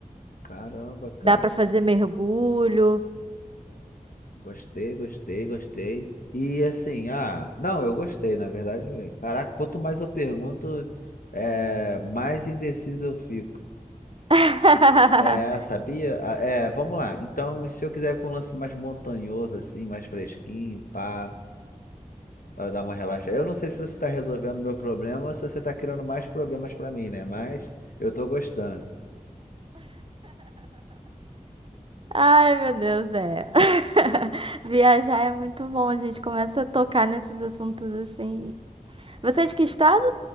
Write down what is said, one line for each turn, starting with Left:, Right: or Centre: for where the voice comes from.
Left: Caramba, cara.
Right: Dá pra fazer mergulho.
Left: Gostei, gostei, gostei. E assim, ah, não, eu gostei, na verdade. eu- Caraca, quanto mais eu pergunto, é, mais indeciso eu fico.
Right: <laughs>
Left: É, sabia? Ah, É, vamos lá. Então, se eu quiser ir pra um lance mais montanhoso, assim, mais fresquinho, pá, para dar uma relaxada. Eu não sei se você tá resolvendo meu problema ou se você tá criando mais problemas pra mim, né? Mas eu tô gostando.
Right: Ai, meu Deus, é. <laughs> Viajar é muito bom, a gente começa a tocar nesses assuntos assim. Você é de que estado?